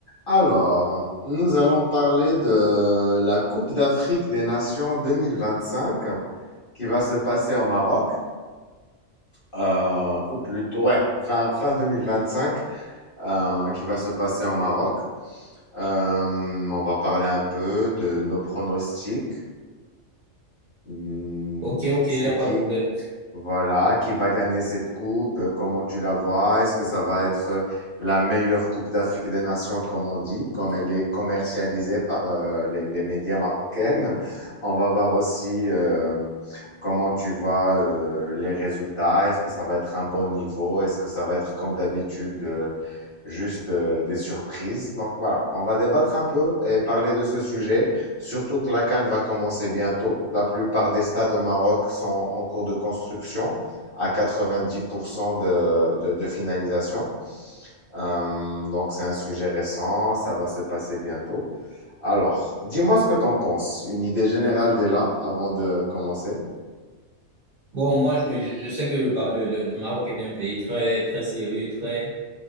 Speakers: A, on the left; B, on the right.
A: Alors, nous allons parler de la Coupe d'Afrique des Nations 2025 qui va se passer au Maroc, euh, ou plutôt, ouais, fin, fin 2025 euh, qui va se passer au Maroc. Euh, on va parler un peu de nos pronostics. Hmm,
B: Ok, ok,
A: C'est
B: il n'y a pas
A: qui?
B: de problème.
A: Voilà, qui va gagner cette coupe? euh, Comment tu la vois? Est-ce que ça va être euh, la meilleure coupe d'Afrique des Nations, comme on dit, comme elle est commercialisée par euh, les, les médias marocains? <laughs> On va voir aussi euh, comment tu vois euh, les résultats. Est-ce que ça va être un bon niveau? Est-ce que ça va être comme d'habitude euh, juste euh, des surprises? Donc voilà, on va débattre un peu et parler de ce sujet. Surtout que la CAN va commencer bientôt. La plupart des stades au Maroc sont en cours de construction, à 90% de, de- de finalisation. Euh, donc c'est un sujet récent, ça va se passer bientôt. Alors, dis-moi ce que t'en penses. Une idée générale déjà, avant de commencer.
B: Bon, moi, je, me, je, je sais que le, Par- le, le, le Maroc est un pays très, très sérieux et très,